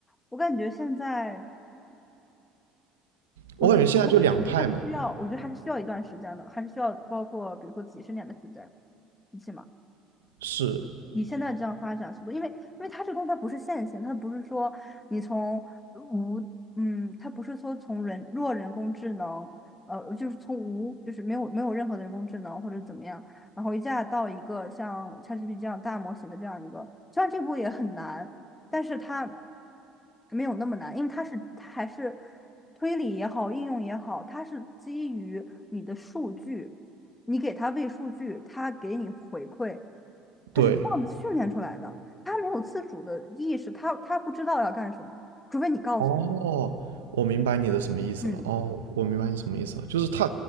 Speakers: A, on the left; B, on the right.
A: 我感觉现在，我觉得还是我觉得还是需要，
B: 我感觉现在就两派嘛，
A: 我觉得还是需要一段时间的，还是需要包括比如说几十年的时间，一起嘛。
B: 是，
A: 你现在这样发展速度，因为因为它这个东西它不是线性，它不是说你从无，嗯，它不是说从人弱人工智能，呃，就是从无，就是没有没有任何的人工智能或者怎么样，然后一下到一个像 ChatGPT 这样大模型的这样一个，虽然这步也很难，但是它没有那么难，因为它是它还是推理也好，应用也好，它是基于你的数据，你给它喂数据，它给你回馈。
B: 对，
A: 他是这样子训练出来的，他没有自主的意识，他他不知道要干什么，除非你告诉他。
B: 哦，我明白你的什么意思了。
A: 嗯，
B: 哦，我明白你什么意思了，就是他，